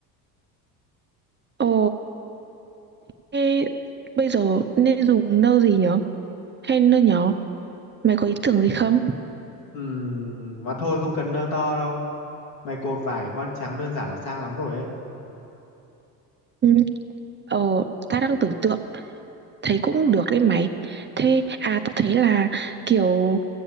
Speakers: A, on the right; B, on the left.
A: ồ thế bây giờ nên dùng nơ gì nhở hay nơ nhỏ mày có ý tưởng gì không
B: Ừm, mà thôi không cần nơ to đâu mày cột vải voan trắng đơn giản là sang lắm rồi ấy
A: Ừ. Ờ, ta đang tưởng tượng, thấy cũng được đấy mày. Thế, à ta thấy là kiểu